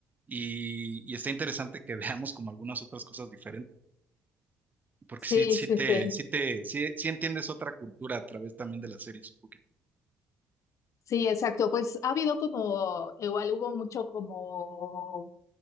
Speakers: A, on the right; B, on the left.
A: y, y está interesante que <laughs> veamos como algunas otras cosas diferentes, porque
B: Sí,
A: sí, sí
B: sí,
A: te,
B: sí.
A: sí te, sí, sí entiendes otra cultura a través también de las series un poquito.
B: Sí, exacto. Pues ha habido como, igual hubo mucho como